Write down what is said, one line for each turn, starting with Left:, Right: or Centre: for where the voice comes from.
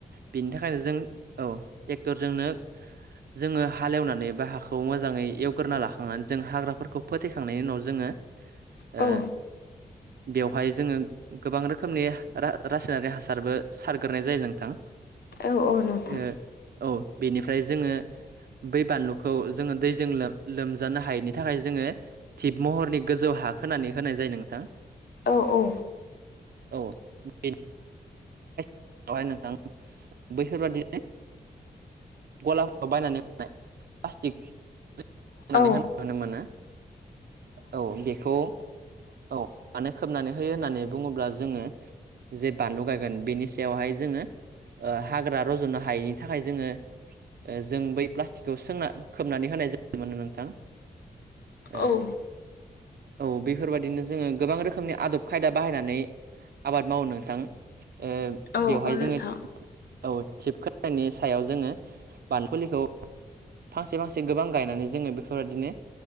Right: बेनि थाखाय जों औ ट्रेक्टरजोंनो जोङो हालेवनानै बा हाखौ मोजाङै एवग्रोना लाखांनानै जों हाग्राफोरखौ फोथैखांनायनि उनाव जोङो
Left: औ
Right: ओ बेवहाय जोङो गोबां रोखोमनि रासायनारि हासारबो सारग्रोनाय जायो नोंथां।
Left: औ औ नोंथां।
Right: ओ औ बेनिफ्राय जोङो बै बानलुखौ जोङो दैजों लोम-लोमजानो हायैनि थाखाय जोङो थिब महरनि गोजौ हा खोनानै होनाय जायो नोंथां।
Left: औ औ
Right: औ बे यावहाय नोंथां बैफोरबादिनो गलाफोराव बायनानै मोननाय प्लासटिक होननानै
Left: औ
Right: होनाय नुनो मोनो औ बेखौ औ मानो खोबनानै होयो होननानै बुङोब्ला जोङो जे बानलु गायगोन बेनि सा यावहाय जोङो ओ हाग्रा रज'नो हायैनि थाखाय जोङो जों बै प्लास्टिकखौ सोंना खोबनानै होनाय जायोमोननो नोंथां। ओ
Left: औ
Right: औ बेफोरबायदिनो जोङो गोबां रोखोमनि आदब खायदा बाहायनानै आबाद मावो नोंथां ओ
Left: औ
Right: बेवहाय
Left: औ नोंथां
Right: जोङो औ थिबखानि सायाव जोङो बानलु फुलिखौ फांसे फांसे गोबां गायनानै जोङो बेफोरबायदिनो